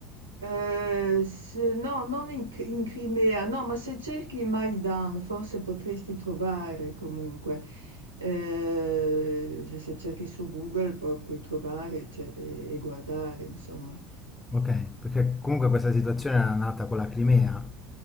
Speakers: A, on the right (about 85°); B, on the left (about 15°).
A: Ehm, s no, non in C in Crimea, no, ma se cerchi Maidan forse potresti trovare comunque. Ehm, se se cerchi su Google pu puoi trovare ce e e guardare insomma.
B: Ok, perché comunque questa situazione era nata con la Crimea,